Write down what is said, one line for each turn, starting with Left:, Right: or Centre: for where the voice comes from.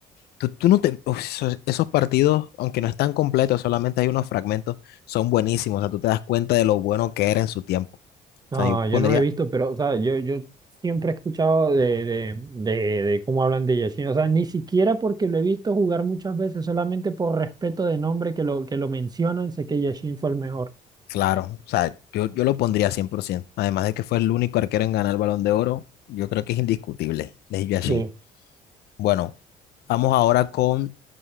Left: Tú, tú no te, uf, esos, esos partidos, aunque no están completos, solamente hay unos fragmentos, son buenísimos. O sea, tú te das cuenta de lo bueno que era en su tiempo.
Right: No,
Left: O sea, yo pondría,
Right: yo no lo he visto, pero, o sea, yo, yo siempre he escuchado de, de, de, de cómo hablan de Yashin. O sea, ni siquiera porque lo he visto jugar muchas veces, solamente por respeto de nombre que lo, que lo mencionan, sé que Yashin fue el mejor.
Left: claro, o sea, yo, yo lo pondría 100%. Además de que fue el único arquero en ganar el Balón de Oro, yo creo que es indiscutible, Lev Yashin.
Right: Sí.
Left: Bueno, Vamos ahora con